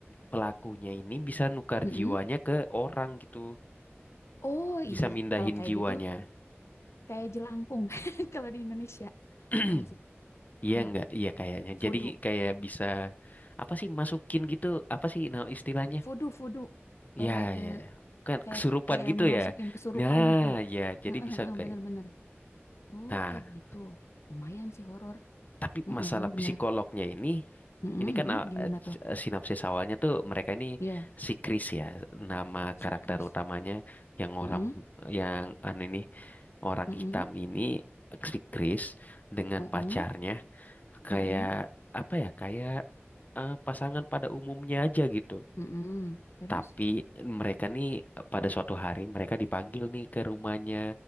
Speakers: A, on the left; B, on the left.
A: pelakunya ini bisa nukar
B: mm-mm.
A: jiwanya ke orang gitu
B: Oh
A: bisa
B: iya,
A: mindahin
B: kalau kayak
A: jiwanya
B: gitu kayak jelangkung <laughs> kalau di Indonesia.
A: <clears throat>
B: Ya nggak sih?
A: iya
B: Enggak.
A: nggak iya kayaknya
B: Fudu.
A: jadi kayak bisa apa sih masukin gitu apa sih nah istilahnya
B: Fudu, fudu. Eh,
A: ya
B: eh,
A: ya kan
B: kayak
A: kesurupan
B: fu- kayak
A: gitu
B: memasukin
A: ya
B: kesurupan,
A: nah
B: heeh.
A: ya jadi
B: Heeh,
A: bisa
B: heeh,
A: kayak
B: bener-bener. Oh,
A: nah
B: kayak gitu. Lumayan sih horor.
A: tapi
B: Heeh,
A: masalah
B: bener.
A: psikolognya ini
B: Heeh,
A: Ini kan
B: heeh.
A: uh,
B: Gimana
A: eh,
B: tuh?
A: eh, sinopsis awalnya tuh mereka ini
B: Iya,
A: si Chris ya nama
B: si
A: karakter
B: Chris.
A: utamanya yang
B: Heeh,
A: orang yang an ini orang
B: heeh,
A: hitam ini si Chris dengan
B: heeh,
A: pacarnya kayak
B: heeh,
A: apa ya kayak eh, pasangan pada umumnya aja gitu.
B: heeh. Terus
A: Tapi mereka nih eh, pada suatu hari mereka dipanggil nih ke rumahnya